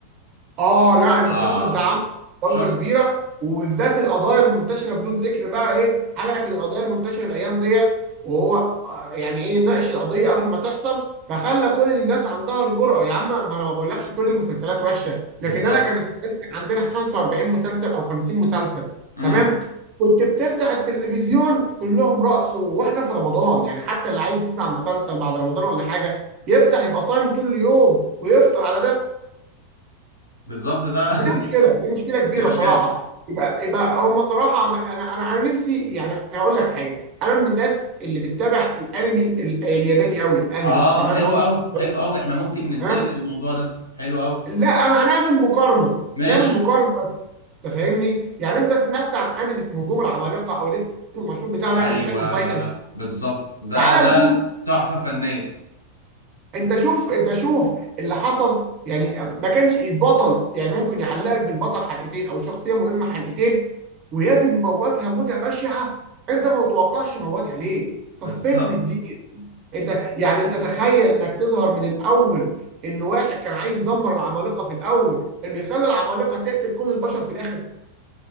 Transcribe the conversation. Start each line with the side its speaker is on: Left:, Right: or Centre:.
Right: اه لا المسلسل
Left: اه
Right: ده عمل
Left: شفت
Right: ضجه كبيره وبالذات القضايا المنتشره بدون ذكر بقى ايه حركه القضايا المنتشره الايام ديت وهو آه، يعني ايه ناقش القضيه قبل ما تحصل فخلى كل الناس عندها الجرأه يا عم ما انا ما بقولكش كل المسلسلات وحشه
Left: بالظبط
Right: لكن انا كان السنه دي كان عندنا 45 مسلسل او 50 مسلسل
Left: امم
Right: تمام كنت بتفتح التلفزيون كلهم رقص واحنا في رمضان يعني حتى اللي عايز يسمع مسلسل بعد رمضان ولا حاجه يفتح يبقى صايم طول اليوم ويفطر على ده
Left: بالظبط ده
Right: فدي مشكله دي مشكله
Left: <laughs>
Right: كبيره
Left: دي مش
Right: صراحه
Left: كده
Right: يبقى يبقى هم صراحه عم- انا انا انا نفسي يعني انا هقول لك حاجه انا من الناس اللي بتتابع الانمي ال- الياباني قوي الانمي
Left: اه
Right: تمام
Left: حلو
Right: لو
Left: قوي
Right: انت
Left: حلو
Right: <laughs>
Left: قوي احنا ممكن ننتقل
Right: تمام
Left: للموضوع ده حلو قوي
Right: لا انا هنعمل مقارنه
Left: ماشي
Right: نعمل مقارنه انت فاهمني يعني انت سمعت عن انمي اسمه هجوم العمالقه او الاسم المشهور بتاعه
Left: ايوه
Right: يعني اتاك اون تايتن
Left: بالظبط ده
Right: تعالى
Left: ده
Right: نشوف
Left: تحفه فنيه
Right: انت شوف انت شوف اللي حصل يعني ما كانش يتبطل يعني ممكن يعلقك بالبطل حلقتين او شخصيه مهمه حلقتين ويجب موتها موته بشعه انت ما متوقعش موتها ليه؟
Left: <laughs>
Right: سسبنس
Left: بالظبط
Right: جديد انت يعني انت تخيل انك تظهر من الاول ان واحد كان عايز يدمر العمالقه في الاول انه يخلي العمالقه تقتل كل البشر في الاخر